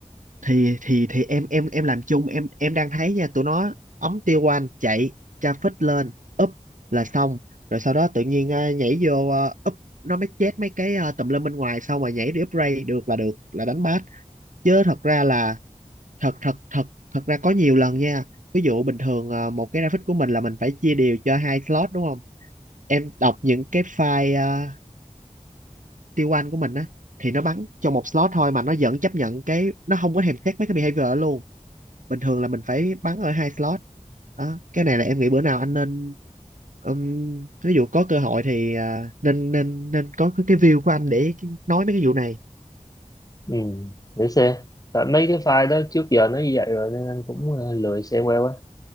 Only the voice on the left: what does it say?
ừ. để xem tại mấy cái file đó trước giờ nó như vậy rồi nên anh cũng ờ, lười xem qua quá